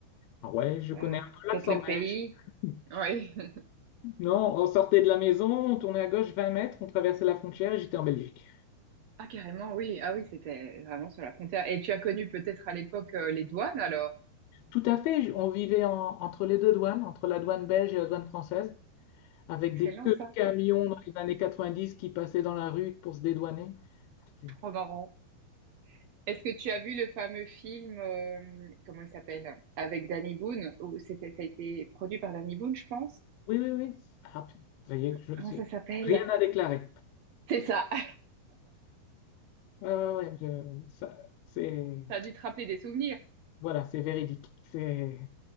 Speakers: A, on the left; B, on the right.
A: Ah Ouais, je connais
B: euh,
A: un peu l'accent
B: peut-être le
A: belge.
B: pays.
A: <laughs>
B: Oui. <laughs>
A: Non, on sortait de la maison, on tournait à gauche 20 mètres, on traversait la frontière et j'étais en Belgique.
B: Ah, carrément, oui. Ah oui, c'était vraiment sur la frontière. Et tu as connu peut-être à l'époque euh, les douanes, alors.
A: Tout à fait, je- on vivait en- entre les deux douanes, entre la douane belge et la douane française. avec
B: C'est excellent,
A: des queues
B: ça.
A: de camions dans les années 90 qui passaient dans la rue pour se dédouaner. C'était-
B: Trop marrant. Est-ce que tu as vu le fameux film, euh, comment il s'appelle, avec Danny Boone, où c'était, ça a été produit par Danny Boone, je pense.
A: Oui, oui, oui. Ah, pu- ça y est, je
B: Comment
A: sais.
B: ça s'appelle?
A: Rien à déclarer.
B: C'est ça. <laughs>
A: Ouais, ouais, ouais, je- ça, c'est,
B: Ça a dû te rappeler des souvenirs.
A: voilà, c'est véridique. C'est,